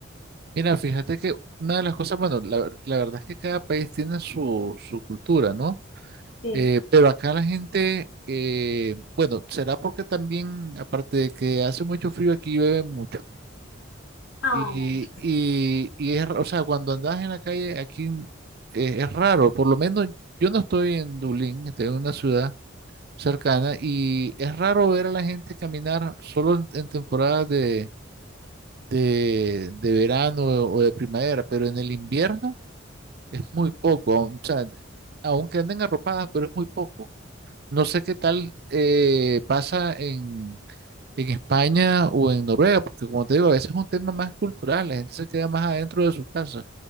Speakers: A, on the right; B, on the left.
A: Mira, fíjate que una de las cosas, bueno, la, la verdad es que cada país tiene su, su cultura, ¿no?
B: Sí.
A: Eh, pero acá la gente, eh, bueno, será porque también, aparte de que hace mucho frío, aquí llueve mucho.
B: Ah,
A: Y,
B: vale.
A: y, y es, ra- o sea, cuando andas en la calle, aquí eh, es raro, por lo menos yo no estoy en Dublín, estoy en una ciudad cercana, y es raro ver a la gente caminar solo en, en temporadas de, de, de verano o de primavera, pero en el invierno Es muy poco, aun- o sea, aunque anden arropadas, pero es muy poco. No sé qué tal eh, pasa en, en España o en Noruega, porque como te digo, a veces es un tema más cultural, la gente se queda más adentro de su casa.